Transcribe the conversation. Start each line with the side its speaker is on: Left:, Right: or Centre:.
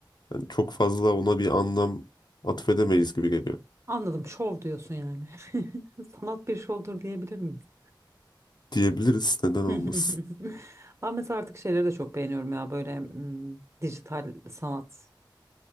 Left: Yani çok fazla ona bir anlam atfedemeyiz gibi geliyor.
Right: anladım şov diyorsun yani. <laughs> Sanat bir şovdur diyebilir miyiz?
Left: Diyebiliriz neden olmasın.
Right: <laughs> Ben mesela artık şeyleri de çok beğeniyorum ya böyle mm, dijital sanat